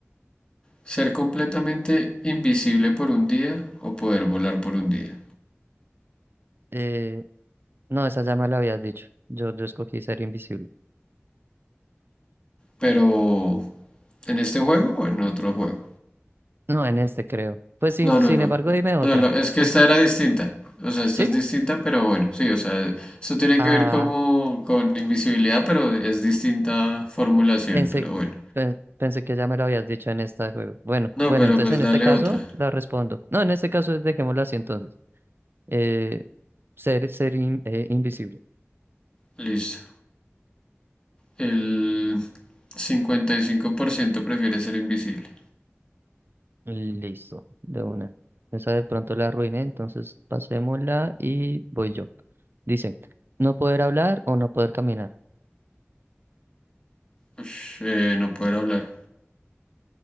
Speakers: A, on the left; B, on the right.
A: ¿Ser completamente invisible por un día o poder volar por un día?
B: Eh, no, esa ya me la habías dicho. Yo, yo escogí ser invisible.
A: Pero, ¿en este juego o en otro juego?
B: No, en este creo. Pues sin,
A: No, no,
B: sin
A: no.
B: embargo, dime otra.
A: No, la- es
B: Sin-
A: que esta era distinta. O sea, esta
B: ¿Sí?
A: es distinta, pero bueno, sí, o sea, esto tiene
B: Ah,
A: que ver como con invisibilidad, pero es distinta formulación,
B: Pensé,
A: pero bueno.
B: pe- pensé que ya me lo habías dicho en esta de juego. Bueno,
A: No,
B: bueno,
A: pero
B: entonces
A: pues
B: en
A: dale
B: este caso
A: otra.
B: la respondo. No, en este caso dejémosla así entonces. Eh, ser ser in- eh, invisible.
A: Listo. El 55% prefiere ser invisible.
B: Listo, de una. Esa de pronto la arruiné, entonces pasémosla y voy yo. Dice, no poder hablar o no poder caminar.
A: Ush, eh, no poder hablar.